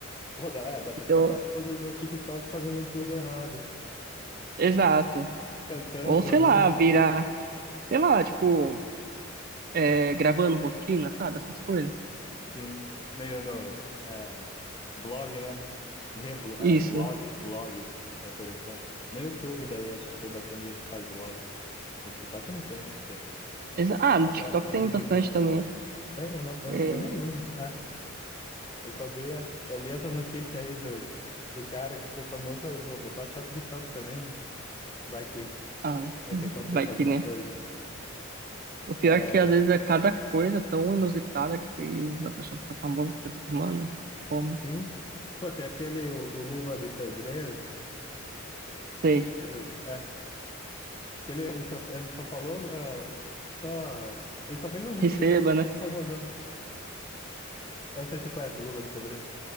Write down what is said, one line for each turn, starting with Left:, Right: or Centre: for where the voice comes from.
Left: Pô, dá, é, dá pra
Right: então,
Left: ficar famoso no TikTok fazendo tudo errado.
Right: exato.
Left: Cantando,
Right: Ou
Left: jogando.
Right: sei lá, virar, sei lá, tipo, é, gravando rotina, sabe? Essas coisas.
Left: Sim. Meio no é, blog, né? Ver blo-
Right: Isso.
Left: é, vlog, vlog é interessante. No YouTube, daí acho que tem bastante gente que faz vlog. No TikTok eu não sei, né? Tem.
Right: Exa- ah,
Left: TikTok
Right: no TikTok
Left: é, é
Right: tem
Left: vídeo
Right: bastante
Left: curto.
Right: também.
Left: Tem, eu, não, eu,
Right: É,
Left: eu nem uso. É, eu só via, eu li essa notícia aí do, do cara que ficou famoso, falei, pô, vou baixar o TikTok também, né? Vai que,
Right: ah,
Left: vai que aconteça
Right: vai que,
Left: alguma
Right: né?
Left: coisa.
Right: O pior
Left: É,
Right: é que às vezes é cada coisa tão inusitada que fez a pessoa ficar famosa, você fica, mano, como?
Left: sim. Pô, tem aquele, o, o Luva de Pedreiro,
Right: Sei.
Left: já viu? É, que ele, ele só, ele só falou, é, só, ele só fez um vídeo,
Right: Receba,
Left: né?
Right: né?
Left: ficou famoso Eu não sei se você conhece o Luva de Pedreiro,